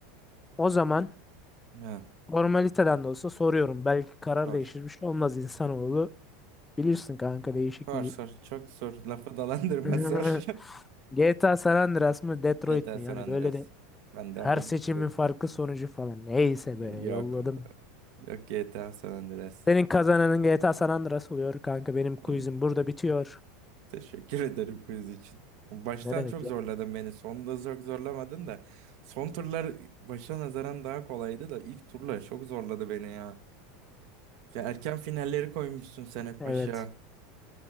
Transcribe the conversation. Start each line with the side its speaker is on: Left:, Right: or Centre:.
Left: O zaman
Right: Ha,
Left: formaliteden de olsa soruyorum. Belki karar
Right: sor
Left: değişir bir şey olmaz insanoğlu. Bilirsin kanka değişik
Right: sor
Left: bir
Right: sor Çok sor Lafı dalandırma
Left: <laughs>
Right: zor.
Left: GTA San Andreas mı Detroit
Right: GTA
Left: mi?
Right: <laughs> San
Left: Yani
Right: Andreas.
Left: böyle de
Right: Ben
Left: her
Right: de ayıp
Left: seçimin
Right: bekliyorum.
Left: farkı sonucu falan. Neyse be
Right: Yok.
Left: yolladım.
Right: Yok GTA San Andreas.
Left: Senin kazananın GTA San Andreas oluyor kanka. Benim quizim
Right: Hı.
Left: burada bitiyor.
Right: Teşekkür ederim quiz için. Baştan
Left: Ne demek
Right: çok
Left: yani?
Right: zorladın beni. Sonunda çok zorlamadın da. Son turlar başa nazaran daha kolaydı da ilk turlar çok zorladı beni ya. Ya erken finalleri koymuşsun sen hep
Left: Evet.
Right: aşağı.